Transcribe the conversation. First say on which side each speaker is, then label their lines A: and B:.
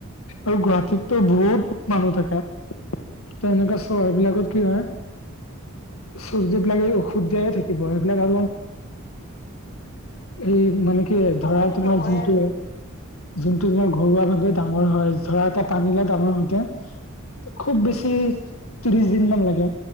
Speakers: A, on the left (about 80°); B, on the left (about 50°).
A: আৰু গুৱাহাটীত বহুত মানুহ থাকে। ত এনেকুৱা চহৰবিলাকত কি হয়। চব্জি বিলাক এই ঔষধ দিয়াই থাকিব সেইবিলাক আৰু সেই মানে কি
B: সলনি
A: ধৰা তোমাৰ
B: নহয়
A: যোনটোয়ে
B: আৰু
A: যোনটো তোমাৰ ঘৰুৱা ভাৱে ডাঙৰ হয়, ধৰা এটা পানী লাও ডাঙৰ হওতে খুব বেছি ত্ৰিশ দিন মান লাগে